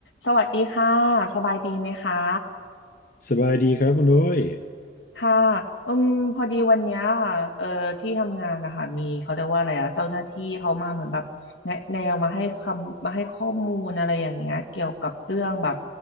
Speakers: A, on the left; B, on the left.
A: สวัสดีค่ะสบายดีไหมคะ
B: สบายดีครับคุณนุ้ย
A: ค่ะอืมพอดีวันเนี้ยค่ะเอ่อที่ทำงานนะคะมีเขาเรียกว่าอะไรอะเจ้าหน้าที่เขามาเหมือนแบบแนะแนวมาให้คำมาให้ข้อมูลอะไรอย่างเงี้ยเกี่ยวกับเรื่องแบบ